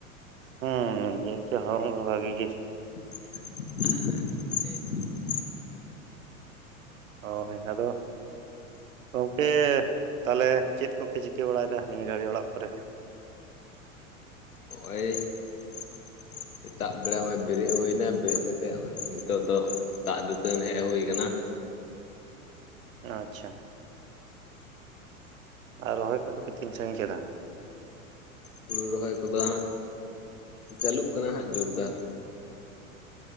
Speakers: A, on the right; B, on the left.
A: <inaudible> ᱡᱤᱱᱛᱮ ᱦᱚᱲᱢᱚ ᱠᱚ ᱵᱷᱟᱜᱤ ᱜᱤ ᱾
B: <inaudible>
A: ᱦᱚᱭ ᱟᱫᱚ ᱜᱚᱝᱠᱮ ᱛᱟᱞᱮ ᱪᱮᱫ ᱠᱚᱯᱮ ᱪᱤᱠᱟᱹ ᱵᱟᱲᱟᱭᱫᱟ ᱱᱤᱭᱟᱹ ᱜᱷᱟᱹᱲᱤ ᱚᱲᱟᱜ ᱠᱚᱨᱮ?
B: ᱚᱭ <inaudible> <inaudible> ᱥᱮᱛᱟᱜ ᱵᱮᱲᱟ ᱢᱟ ᱵᱮᱨᱮᱫ ᱦᱳᱭᱱᱟ ᱵᱮᱨᱮᱫ ᱠᱟᱛᱮ ᱚᱸᱜ-ᱚᱭ ᱱᱤᱛᱳᱜ ᱫᱚ ᱫᱟᱜ ᱫᱟᱹᱛᱟᱹᱱᱩ ᱦᱮᱜ ᱦᱳᱭ ᱠᱟᱱᱟ ᱾
A: ᱟᱪᱪᱷᱟ ᱾ ᱟᱨ ᱨᱚᱦᱚᱭ ᱠᱚᱫᱚ ᱯᱮ ᱛᱤᱱ ᱥᱟᱺᱜᱤᱧ ᱠᱮᱫᱟ?
B: ᱦᱩᱲᱩ ᱨᱚᱦᱚᱭ ᱠᱚᱫᱚ ᱦᱟᱸᱜ ᱪᱟᱹᱞᱩᱜ ᱠᱟᱱᱟ ᱦᱟᱸᱜ ᱡᱳᱨᱫᱟᱨ